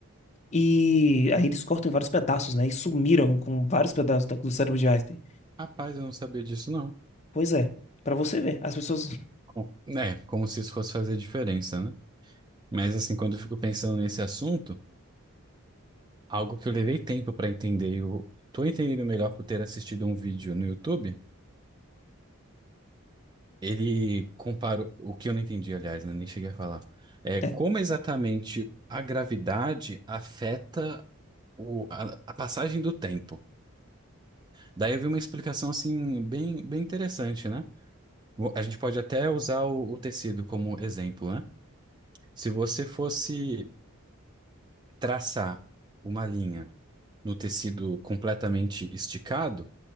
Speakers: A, on the left; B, on the right.
A: e aí eles cortam em vários pedaços, né? E sumiram com vários pedaços da- do cérebro de Einstein.
B: Rapaz, eu não sabia disso, não.
A: Pois é, pra você ver, as pessoas.
B: Com- Né? Como se isso fosse fazer diferença, né? Mas assim, quando eu fico pensando nesse assunto, algo que eu levei tempo para entender, eu tô entendendo melhor por ter assistido um vídeo no YouTube. Ele comparou o que eu não entendi, aliás, né, nem cheguei a falar. É
A: É,
B: como exatamente a gravidade afeta o- a, a passagem do tempo. Daí eu vi uma explicação assim bem, bem interessante, né? Vo- A gente pode até usar o, o tecido como exemplo, né? Se você fosse traçar uma linha no tecido completamente esticado,